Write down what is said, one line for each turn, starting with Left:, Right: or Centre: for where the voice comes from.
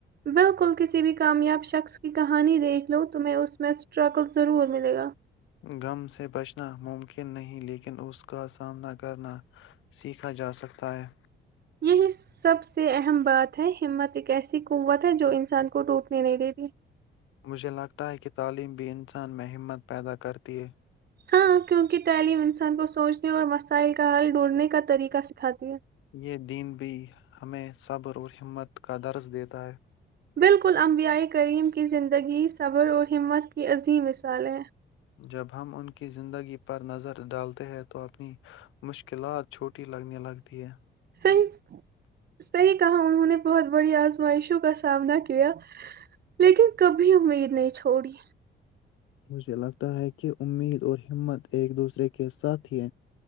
Right: بالکل کسی بھی کامیاب شخص کی کہانی دیکھ لو تمہیں اس میں اسٹرگل ضرور ملے گا
Left: غم سے بچنا ممکن نہیں لیکن اس کا سامنا کرنا سیکھا جاسکتا ہے
Right: یہی سب سے اہم بات ہے ہمت ایک ایسی قوت ہے جو انسان کو ٹوٹنے نہیں دیتی
Left: مجھے لگتا ہے کہ تعلیم بھی انسان میں ہمت پیدا کرتی ہے
Right: ہاں کیونکہ تعلیم انسان کو سوچنے اور مسائل کا حل ڈھونڈنے کا طریقہ سکھاتی ہے
Left: یہ دین بھی ہمیں صبر اور ہمت کا درس دیتا ہے
Right: بالکل امبیائی کریم کی زندگی صبر اور ہمت کی عظیم مثال ہے
Left: جب ہم ان کی زندگی پر نظر ڈالتے ہیں تو اپنی مشکلات چھوٹی لگنے لگتی ہے
Right: صحی صحیح کہا انہوں نے بہت بڑی آزمائشوں کا سامنا کیا لیکن کبھی امید نہیں چھوڑی
Left: مجھے لگتا ہے کہ امید اور ہمت ایک دوسرے کے ساتھ ہی